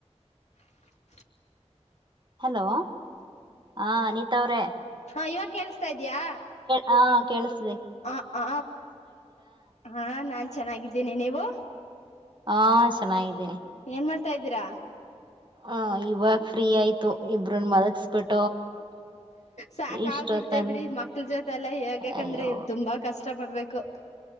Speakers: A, on the left (about 75°); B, on the right (about 40°).
A: <inaudible>
B: ಹಲೋ. ಹಾ ಅನಿತಾವ್ರೆ.
A: ಹಾ ಇವಾ. ಕೇಳಸ್ತಾ ಇದೀಯಾ?
B: ಹಾ ಕೇಳಸ.
A: ಹ ಆ ಹಾ ನಾನ ಚೆನ್ನಾಗಿದ್ದೀನಿ ನೀವು?
B: ಹಾ ಚೆನ್ನಾಗಿದಿನಿ.
A: ಏನ್ ಮಾಡ್ತಾ ಇದ್ದೀರಾ?
B: ಹ ಇವಾಗ ಫ್ರೀ ಆಯ್ತು ಇಬ್ಬ್ರನ್ನೂ ಮಲಗಸ್ಬಿಟ್ಟು.
A: ಸಾಕ
B: ಇಷ್ಟೊತ್ತನ
A: ಆಗಬಿಡ್ತೇ ಬಿಡಿ ಮಕ್ಳ ಜೊತೆ. ಎಲ್ಲಾ ಹೇಗಂದ್ರೆ
B: ಅಯ್ಯೋ
A: ತುಂಬಾ ಕಷ್ಟ ಪಡ್ಬೇಕು. ಕು.